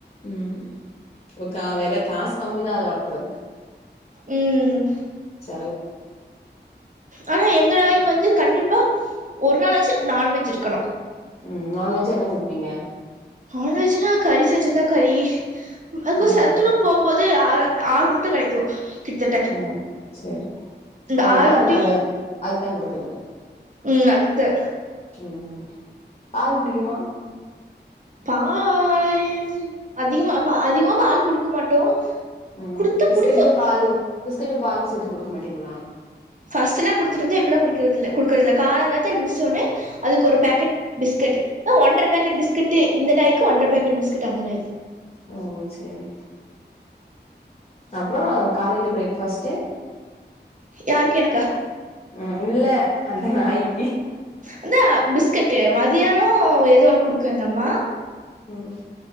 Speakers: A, on the left; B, on the right.
A: ம் ஒ கா வில காஸ் கம்மிதா அத வளக்குறதுக்கு
B: ம்
A: செலவு
B: ஆனா எங்க நாய்க்கு வந்து கண்டிப்பா ஒரு நாளாச்சு நான்வெஜ் இருக்கணு
A: ம் நான்வெஜ்ஜு என்ன குடுப்பீங்க
B: நான் வெஜ் நா கறி செஞ்சுதா கறி அதுக்கு
A: ம்
B: சத்துணவு போம்போது ஆறு ஆறு முட்ட கெடைக்கு கிட்டத்தட்ட
A: ம் செரி
B: இந்த
A: அதெல்லா
B: ஆறு முட்டையு
A: அந்த அந்த அதுத்தா குடுக்குறது
B: ம் அதுக்குத்தா
A: ம் ம் பால் குடிக்குமா
B: பால் அதிகமா பா அதிகமா பால் குடுக்க மாட்டோ
A: ம்
B: குடுத்தா
A: பிஸ்கட்டு
B: குடிக்கு
A: பாலு பிஸ்கட்டு பாலு சேத்து குடுக்க மாட்டீங்களா
B: பஸ்ட்டுல்லா குடுத்துட்ருந்தே இப்பல்லா குடிக்கிறதுல்ல குடுக்குறதுல்ல காலங் காத்தால எந்துருச்சோன்னே அதுக்கொரு பேக் க்கட் பிஸ்கட்டு ஒன்றர பேக்கெட் பிஸ்கட்டு இந்த நாய்க்கு ஒன்ற பேக்கெட் பிஸ்கட்டு அந்த நாய்க்கு
A: ஓ ஓ செரி அப்பறோ காலையில ஃப்ரேக் ஃபாஸ்ட்டு
B: யாருக்கு எனக்கா
A: ம் இல்ல அந்த நாய்க்கி
B: அந்தா பிஸ்கட்டு் மதியானோ எதோ ஒண்ணு குடுக்கு எங்க அம்மா
A: ம் ம்